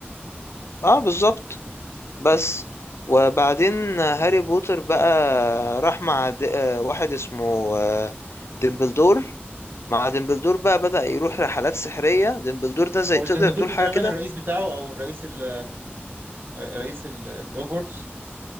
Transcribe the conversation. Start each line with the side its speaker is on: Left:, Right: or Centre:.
Left: اه بالظبط بس وبعدين هاري بوتر بقى راح مع د... آه، واحد اسمه آه، ديمبلدور مع ديمبلدور بقى بدأ يروح رحلات سحرية ديمبلدور ده زي
Right: هو مش
Left: تقدر
Right: ديمبلدور
Left: تقول
Right: تقريبا
Left: حاجة كده
Right: الرئيس بتاعه او الرئيس ال رئيس ال- الهوجورتس